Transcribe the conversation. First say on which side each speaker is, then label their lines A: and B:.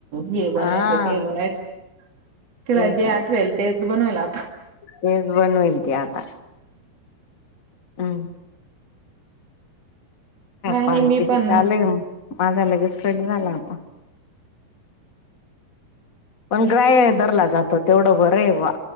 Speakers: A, on the right; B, on the left.
A: हे बनवायचं
B: हा
A: ते बनवायचं तिला
B: तेच
A: जे
B: ना
A: आठवेल तेच बनवायल.
B: तेच बनवेल ती आता हम्म.
A: काय
B: कॉल
A: नाही मी
B: कितीचा
A: पण
B: आलाय माझा लगेच कट झाला होता. पण ग्राय दरला जातो तेवढं बरे वा.